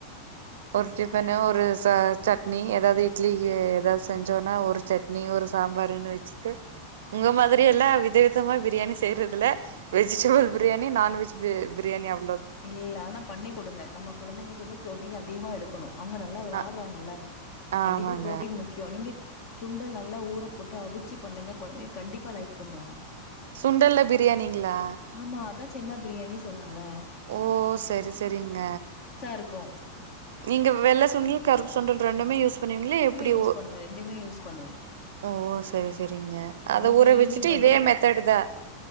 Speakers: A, on the right; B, on the left.
A: ஒரு டிஃபன்னு ஒரு ச சட்னி எதாவ்து இட்லிக்கு எதாவ்து செஞ்சோன்னா ஒரு சட்னி ஒரு சாம்பாருன்னு வச்சுட்டு உங்க மாதிரியெல்லா வித விதமா பிரியாணி செய் செய்றதுல வெஜ்டபிள் பிரியாணி நான்வெஜ் பி பிரியாணி அவ்
B: இல்ல ஆனா பண்ணி குடுங்க நம்ம குழந்தைங்களுக்கு வந்து ப்ரோட்டீன் அதி கமா எடுக்கணு அவங்க நல்லா விளாட்றாங்கல்ல
A: அ ஆமாங்க
B: கண்டிப்பா புரோட்டீன் முக்கிய நீங்க சுண்டல் நல்லா ஊற போட்டு அவிச்சு பண்ணுங்க கொழந்தைங்க கண்டிப்பா லைக் பண்ணுவாங்க
A: சுண்டல்ல பிரியாணிங்களா
B: ஆமா. அதான் சென்னா பிரியாணி சொன்னல
A: ஓ சரி சரிங்க
B: இருக்கும்.
A: நீங்க வெள்ள சுண்டல் கருப்பு சுண்டல் ரெ ண்டுமே யூஸ் பண்ணுவிங்ளா எப்படி
B: யூஸ்
A: ஒ
B: பண்ணுவேன். யூஸ் பண்ணுவேன்.
A: ஓ சரி சரி செரிங்க
B: அவங்களுக்கு
A: அத ஊறவெச்சுட்டு
B: ஈவ்னிங் வந்து
A: இதே மெத்தேடுதா